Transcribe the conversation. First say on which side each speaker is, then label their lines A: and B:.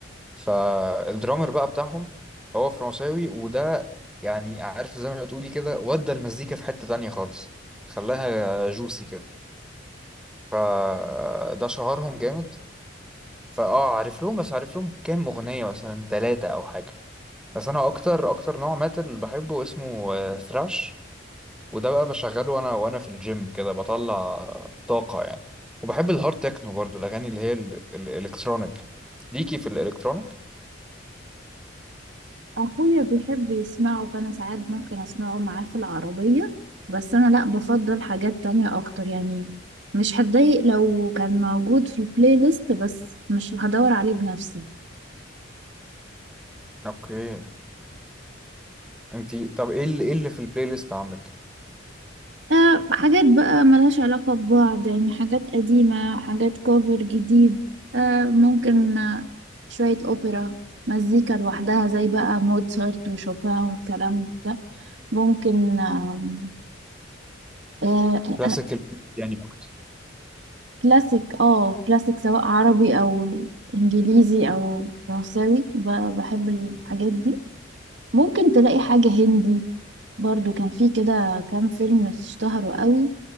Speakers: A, in the centre; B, on the right.
A: فالدرامر بقى بتاعهم هو فرنساوي وده يعني عارف زي ما بتقولي كده ودى المزيكا في حتة تانية خالص خلاها جوسي كده فده شهرهم جامد فاه عارف لهم بس عارف لهم كام أغنية مثلا ثلاثة أو حاجة بس أنا أكتر أكتر نوع ماتل بحبه اسمه ثراش وده بقى بشغله وأنا وأنا في الجيم كده بطلع طاقة يعني وبحب الهارد تكنو برضو الأغاني اللي هي ال- ال- الإلكترونيك ليكي في الإلكترونيك
B: اخويا بيحب يسمعه فانا ساعات ممكن اسمعه معاه في العربية بس انا لا بفضل حاجات تانية اكتر يعني مش هتضايق لو كان موجود في البلاي ليست بس مش هدور عليه بنفسي
A: اوكي انت طب ايه اللي ايه اللي في البلاي ليست عندك
B: أه حاجات بقى ملهاش علاقة ببعض يعني حاجات قديمة حاجات كوفر جديد أه ممكن آه، شوية أوبرا مزيكا لوحدها زي بقى موتسارت وشوبان والكلام ده ممكن آم، آه،
A: كلاسيكال يعني اكتر
B: كلاسيك اه كلاسيك سواء عربي او انجليزي او فرنساوي ب- بحب الحاجات دي ممكن تلاقي حاجة هندي برضو كان في كده كام فيلم اشتهروا قوي